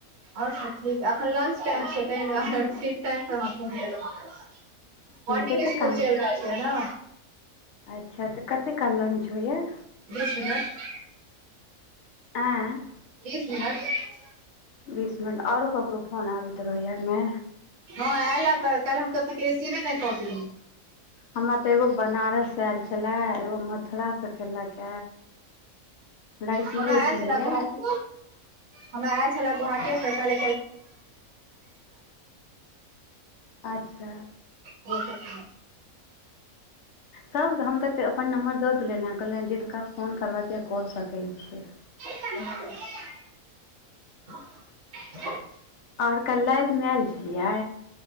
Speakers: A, on the right (about 60°); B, on the left (about 60°).
A: ओर सब ठीक एखन लांच टाइम छै त ठीक टाइम पर अहाँ फोन केलो मनिंग
B: कते
A: स्कूल
B: काल
A: चएल रहल छै न
B: अच्छा तऽ कते काल लगे छो होइया
A: दस मिनट <inaudible>
B: <inaudible> आँए
A: बीस मिनट।
B: बीस मिनट आओरो करो फोन आबैत रहैया एहिमे।
A: ह आयल तऽ कालतसीबे ने कऽ
B: हमरा ते एगो बनारस आयल छले एगो मथुरा से केलक लड़किए
A: हमरा आयल
B: छलै।
A: छले गोहाटी हमरा आयल छल गुहाटीसँ ठुर
B: अच्छा।
A: ह।
B: सभ हम तऽ अपन नम्बर दऽ देले ने। कहलनि जे जिनका फोन करबऽ के कऽ सकैत छै।
A: <unintelligible>
B: ओर क्ला मैल चलिया